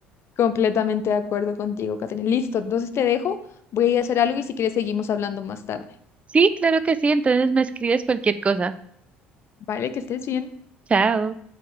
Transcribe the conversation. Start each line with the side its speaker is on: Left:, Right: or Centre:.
Left: Completamente de acuerdo contigo, Catherine. Listo, entonces te dejo, voy a ir a hacer algo y si quieres seguimos hablando más tarde.
Right: Sí, claro que sí, entonces me escribes cualquier cosa.
Left: Vale, que estés bien.
Right: Chao.